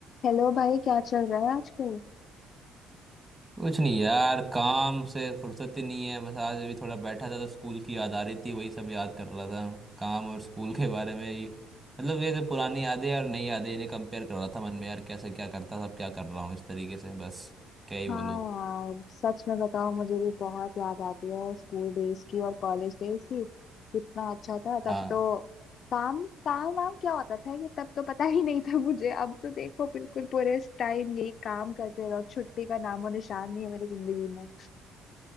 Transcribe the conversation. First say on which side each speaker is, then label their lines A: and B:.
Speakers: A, on the left; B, on the right.
A: Hello भाई क्या चल रहा है आजकल
B: कुछ नहीं यार काम से फुर्सत ही नहीं है बस आज अभी थोड़ा बैठा था तो स्कूल की याद आ रही थी वही सब याद कर रहा था काम और स्कूल के बारे में ही मतलब ये जो पुरानी यादें और नई यादें इन्हें कंपेयर कर रहा था मन में यार कैसे क्या करता था अब क्या कर रहा हूँ इस तरीके से बस क्या ही
A: हाँ
B: बोलूँ
A: यार सच में बताओ मुझे भी बहुत याद आती है स्कूल डेज की और कॉलेज डेज की कितना अच्छा था तब
B: हाँ
A: तो काम काम वाम क्या होता था ये तब तो पता ही नहीं था मुझे अब तो देखो बिल्कुल पूरे टाइम यही काम करते रहो छुट्टी का नामो निशान नहीं है मेरी जिंदगी में